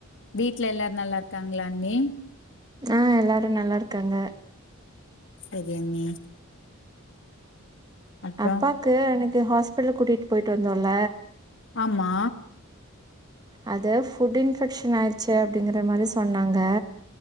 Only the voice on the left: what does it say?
வீட்டல எல்லாரு நல்லா இருக்காங்ளா அண்ணி
செரி அண்ணி அப்றோ
ஆமா